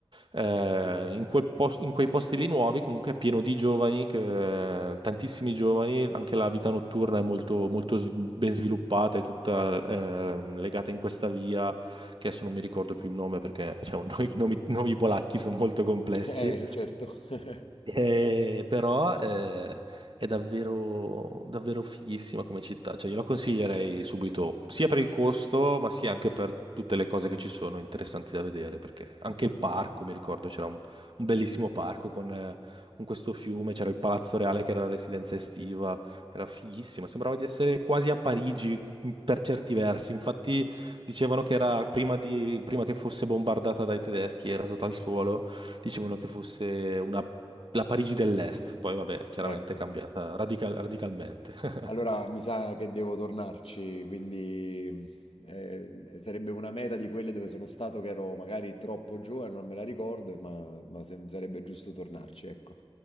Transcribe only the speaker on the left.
Eh, certo. <laughs>
Ecco.
Allora mi sa che devo tornarci, quindi ehm, eh, sarebbe una meta di quelle dove sono stato che ero magari troppo giovane, non me la ricordo, ma, ma se- sarebbe giusto tornarci, ecco.